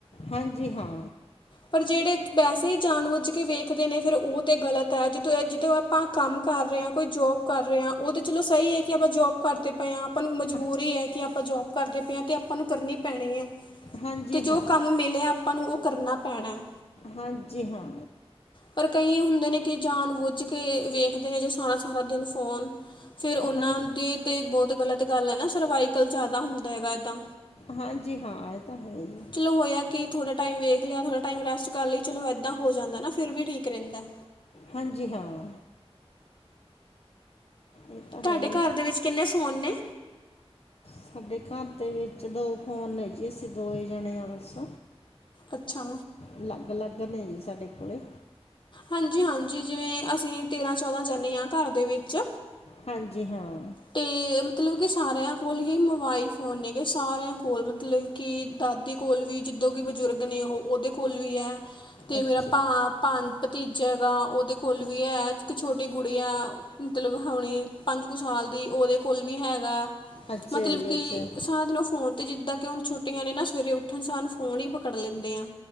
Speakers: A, on the left; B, on the left.
A: ਹਾਂਜੀ ਹਾਂ।
B: ਪਰ ਜੇੜੇ ਵੈਸੇ ਹੀ ਜਾਨ ਵੁਜ ਕੇ ਵੇਖਦੇ ਨੇ ਫਿਰ ਓ ਤੇ ਗ਼ਲਤ ਹੈ ਜਦੋਂ ਜਿਦੋਂ ਆਪਾਂ ਕੰਮ ਕਰ ਰਹੇ ਆਂ, ਕੋਈ ਜੋਬ ਕਰ ਰਿਹਾ ਆਂ, ਓ ਤਾਂ ਚਲੋ ਸਹੀ ਹੈ ਕਿ ਆਪਾਂ ਜੋਬ ਕਰਦੇ ਪਏ ਆਂ। ਆਪਾਂ ਨੂੰ ਮਜਬੂਰੀ
A: ਅਹ
B: ਹੈ ਕਿ ਆਪਾਂ ਜੋਬ ਕਰਦੇ ਪਏ ਆਂ ਤੇ ਆਪਾਂ ਨੂੰ ਕਰਨੀ ਪੈਣੀ ਐ।
A: ਹਾਂਜੀ
B: ਤੇ ਜੋ
A: ਹਾਂ
B: ਕੰਮ ਮਿਲਿਆ ਆਪਾਂ ਨੂੰ ਓ ਕਰਨਾ ਪੈਣਾ ਐ।
A: ਹਾਂਜੀ ਹਾਂ।
B: ਪਰ ਕਈ ਹੁੰਦੇ ਨੇ ਕਿ ਜਾਨ ਬੁੱਝ ਕੇ ਵੇਖਦੇ ਨੇ ਜੇ ਸਾਰਾ ਸਾਰਾ ਦਿਨ ਫੋਨ ਫਿਰ ਉਹਨਾਂ
A: ਤਾਂ- ਹਾਂ
B: ਦੀ ਤੇ ਬੋਤ ਗਲਤ ਗੱਲ ਐ ਨਾ ਸਰਵਾਈਕਲ ਜ਼ਿਆਦਾ ਹੁੰਦਾ ਹੈਗਾ ਇੱਦਾਂ।
A: ਹਾਂਜੀ ਹਾਂ, ਐ ਤਾਂ ਹੈ ਈ ਏ।
B: ਚਲੋ ਹੋਇਆ ਕਿ ਥੋੜਾ ਟਾਈਮ ਵੇਖ ਲਿਆ, ਥੋੜਾ ਟਾਈਮ ਰੈਸਟ ਕਰ ਲਈ, ਚਲੋ ਏਦਾਂ ਹੋ ਜਾਂਦਾ ਨਾ ਫਿਰ ਵੀ ਠੀਕ ਰਹਿੰਦਾ।
A: ਹਾਂਜੀ ਹਾਂ। ਇਹ ਤਾਂ
B: ਤੁਹਾਡੇ
A: ਹੈ ਜੀ
B: ਘਰ ਦੇ ਵਿੱਚ ਕਿੰਨੇ ਫੋਨ ਨੇ?
A: ਸਾਡੇ ਘਰ ਦੇ ਵਿੱਚ ਦੋ ਫ਼ੋਨ ਨੇ ਜੀ ਅਸੀਂ ਦੋਵੇ ਜਣੇ ਆਂ ਬਸ।
B: ਅੱਛਾ।
A: ਅਲੱਗ-ਅਲੱਗ ਨੇ ਜੀ ਸਾਡੇ ਕੋਲੇ।
B: ਹਾਂਜੀ-ਹਾਂਜੀ, ਜਿਵੇਂ ਅਸੀਂ ਵੀ ਤੇਰਾਂ-ਚੌਦਾਂਜਣੇ ਆਂ ਘਰ ਦੇ ਵਿੱਚ।
A: ਹਾਂਜੀ ਹਾਂ।
B: ਤੇ ਮਤਲਬ ਕਿ ਸਾਰਿਆਂ ਕੋਲ ਈ ਮੋਬਾਈਲ ਫ਼ੋਨ ਨੇਗੇ, ਸਾਰਿਆਂ ਕੋਲ ਮਤਲਬ ਕਿ ਦਾਦ ਕੋਲ ਵੀ ਜਿੱਦੋਂ ਵੀ ਬਜ਼ੁਰਗ ਨੇ ਉਹ ਓਦੇ ਕੋਲ ਵੀ ਐ ਤੇ
A: ਅੱਛਾ
B: ਮੇਰਾ ਭਾ ਭਾਨ ਭਤੀਜਾ ਹੈਗਾ ਓਦੇ ਕੋਲ ਵੀ ਐ, ਇੱਕ ਛੋਟੀ ਗੁਡੀਆਂ ਮਤਲਬ ਹੋਣੀ ਪੰਜ ਕੁ ਸਾਲ ਦੀ ਓਦੇ ਕੋਲ ਵੀ ਹੈਗਾ
A: ਅੱਛਾ
B: ਮਤਲਬ
A: ਜੀ
B: ਕਿ
A: ਅੱਛਾ
B: ਸਾਰਾ ਦਿਨ ਫੋਨ ਤੇ ਜਿੱਦਾਂ ਕਿ ਹੁਣ ਛੁਟੀਆਂ ਨੇ ਨਾ ਸਵੇਰੇ ਉੱਠਣ ਸਾਹ ਫੋਨ ਹੀ ਪਕੜ ਲੈਂਦੇ ਆ।